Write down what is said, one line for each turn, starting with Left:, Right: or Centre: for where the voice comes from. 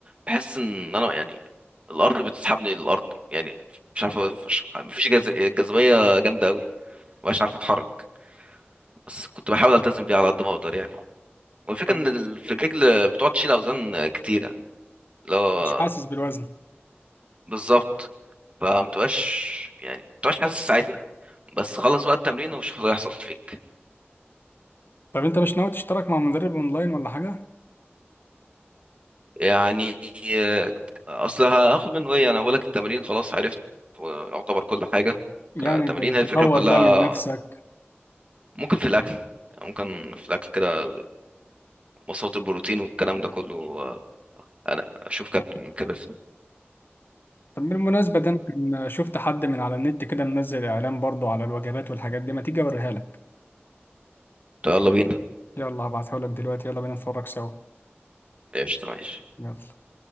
Right: بحس ان انا يعني الارض بتسحبني للارض يعني مش عارف مش- مفيش جاذ- جاذبية جامدة قوي مبقاش عارف اتحرك بس كنت بحاول التزم بيها على قد ما اقدر يعني والفكرة
Left: طب
Right: ان ال- في الرجل بتقعد تشيل اوزان كتيرة اللي هو
Left: مش حاسس بالوزن
Right: بالظبط فمتبقاش يعني متبقاش حاسس ساعتها بس خلص بقى التمرين وشوف اللي هيحصل فيك
Left: طب انت مش ناوي تشترك مع مدرب اونلاين ولا حاجة؟
Right: يعني آه، اصل هاخد منه ايه انا بقولك التمرين خلاص عرفت يعتبر كل حاجه
Left: يعني
Right: كتمرين
Left: اللي تطور
Right: هي الفكره كلها
Left: بقى من نفسك
Right: ممكن في الاكل ممكن في الاكل كده مصادر البروتين والكلام ده كله آه، انا اشوف كابتن كده بس
Left: طب بالمناسبة ده أنا كان- شفت حد من على النت كده منزل إعلان برضو على الوجبات والحاجات دي ما تيجي أوريها لك
Right: يلا بينا
Left: يلا هبعتهولك دلوقتي يلا بينا نتفرج سوا
Right: ايش ماشي
Left: يلا